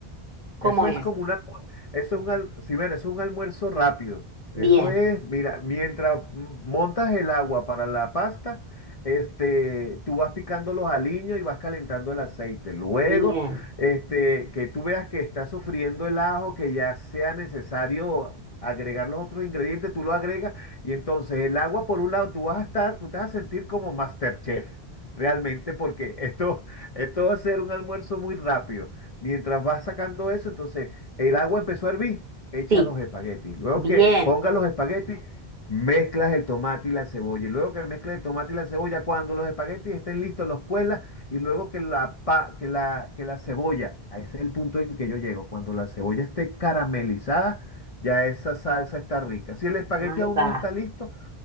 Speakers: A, on the right; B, on the left.
A: ¿Cómo
B: Eso
A: es?
B: es como un almuerzo, eso es un, al- sí, bueno, eso es un almuerzo rápido. Eso
A: Bien,
B: es, mira, mientras mm, montas el agua para la pasta, este, tú vas picando los aliños y vas calentando el aceite. Luego,
A: bien,
B: este, que tú veas que está sufriendo el ajo, que ya sea necesario agregar los otros ingredientes, tú lo agregas y entonces el agua por un lado, tú vas a estar, tú te vas a sentir como MasterChef, realmente, porque esto, <laughs> esto va a ser un almuerzo muy rápido. Mientras vas sacando eso, entonces el agua empezó a hervir, echa
A: sí,
B: los espaguetis. Luego
A: bien.
B: que ponga los espaguetis, mezclas el tomate y la cebolla. Y luego que mezclas el tomate y la cebolla, cuando los espaguetis estén listos, los cuelas. Y luego que la, pa- que la, que la cebolla, a ese es el punto en que yo llego, cuando la cebolla esté caramelizada, ya esa salsa está rica. Si el espagueti
A: Ahí
B: aún
A: va.
B: no está listo,